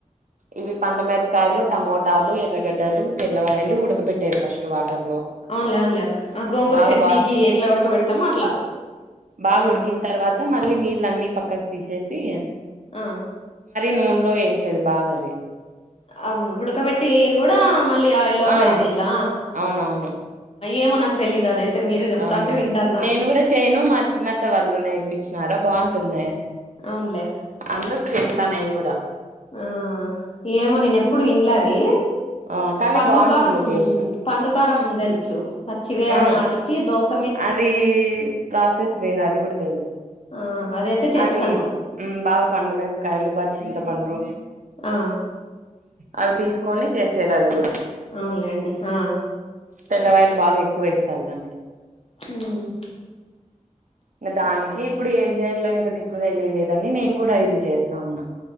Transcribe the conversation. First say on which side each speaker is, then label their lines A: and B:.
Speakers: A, on the right (about 75°); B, on the left (about 50°).
A: ఇవి పండుమిరపకాయలు టమోటాలు ఎర్రగడ్డలు తెల్లవాయలు ఉడకబెట్టేవి ఫస్ట్ వాటర్ లో
B: అవున్లే అవున్లే ఆ గోంగూరు
A: బాగా
B: చట్నీకి
A: బా
B: ఎట్లా ఉడకబెడతామో అట్లా
A: బాగ
B: ఆ
A: ఉడికిన తర్వాత మళ్ళీ నీళ్ళ అన్నీ పక్కకు తీసేసి
B: ఆ
A: నూనెలో వేంచేది బాగా అది
B: ఆ ఉుడకబెట్టి కూడ మళ్ళీ ఆయిల్
A: ఆ
B: ఫ్రై చేయాలా
A: అవునవును
B: ఏమో నాకు తెలీదు అదైతే మీరు చెప్తాంటే
A: అవునా
B: వింటాన్నా
A: నేను కూడా చేయను మా చిన్నత్త వాళ్ళు నేర్పించినారు బాగుంటుంది
B: అవునులే
A: అందుకు చేస్తా నేను కూడ
B: ఆ ఏమో నేను ఎప్పుడు విన్ల అది
A: ఆ, కానీ
B: పండుకారం
A: బాగుంటుంది టేస్ట్
B: పండుకారం తెలుసు పచ్చివే అన్ని
A: ఆ
B: ఆడిచి దోస
A: అది ప్రాసెస్ వేరు అది కూడ తెలుసు
B: ఆ అదైతే చేస్తాను
A: అది బాగ పండు మేరీపకాయలు బాగా చింత పం డు
B: ఆ
A: అవి తీసుకొని చేసేది అవి కూడా
B: అవునులేండి ఆ
A: తెల్లవాయలు బాగా ఎక్కువ వేస్తారు దానికి
B: ఉమ్
A: ఇంక దానికి ఇప్పుడు ఏం చేయలో ఇంక దిక్కు తెలియలేదని నేను కూడా ఇది చేస్తా ఉన్నా